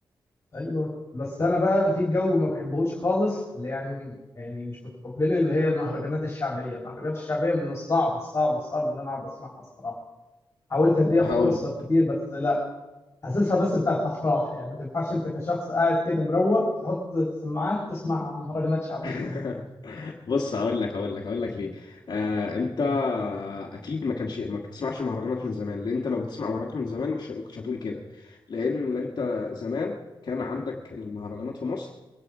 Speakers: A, on the left (about 30°); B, on the left (about 50°).
A: ايوه بس انا بقى في جو ما بحبهوش خالص اللي يعني يعني مش متقبله اللي هي المهرجانات الشعبيه المهرجانات الشعبيه من الصعب الصعب الصعب ان انا اقعد اسمعها الصراحه حاولت اديها
B: هقول
A: فرصه كتير بس لا حاسسها بس بتاعت افراح يعني ما تنفعش انت كشخص قاعد كده مروق تحط سماعات تسمع مهرجانات شعبيه
B: <laughs> بص هقول لك هقول لك هقول لك ليه آه انت
A: مم.
B: اكيد ما كانش ما بتسمعش مهرجانات من زمان لان انت لو بتسمع مهرجانات من زمان مش ما كنتش هتقول كده لان انت زمان كان عندك المهرجانات في مصر